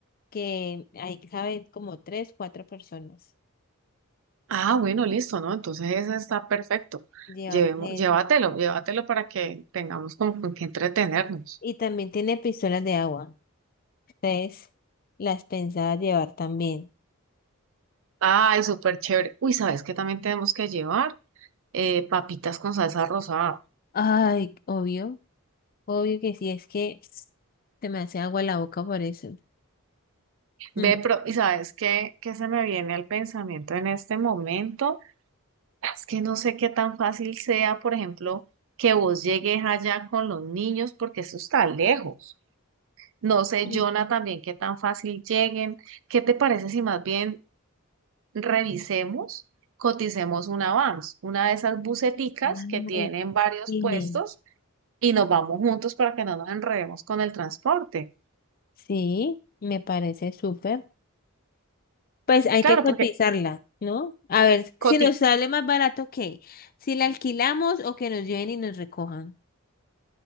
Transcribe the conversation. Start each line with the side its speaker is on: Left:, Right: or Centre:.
Left: que ahí caben como tres, cuatro personas.
Right: Ah, bueno, listo, ¿no? Entonces ese está perfecto.
Left: Llevamos
Right: Llevemos,
Left: eso.
Right: llévatelo, llévatelo para que tengamos como con qué entretenernos.
Left: Y también tiene pistolas de agua. Entonces, las pensaba llevar también.
Right: Ay, súper chévere. Uy, ¿sabes qué también tenemos que llevar? Eh, papitas con salsa rosada.
Left: Ay, obvio. Obvio que sí, es que se me hace agua la boca por eso.
Right: Ve,
Left: Mm.
Right: pero, ¿y sabes qué, qué se me viene al pensamiento en este momento? Es que no sé qué tan fácil sea, por ejemplo, que vos llegues allá con los niños, porque eso está lejos. No sé,
Left: Sí.
Right: Jonah, también qué tan fácil lleguen. ¿Qué te parece si más bien revisemos, coticemos una vans, una de esas buseticas
Left: Ay,
Right: que tienen varios
Left: Sí,
Right: puestos y nos vamos juntos para que no nos enredemos con el transporte?
Left: Sí, me parece súper. Pues hay
Right: Claro,
Left: que cotizarla,
Right: porque,
Left: ¿no? A ver si
Right: Coti,
Left: nos sale más barato que si la alquilamos o que nos lleven y nos recojan.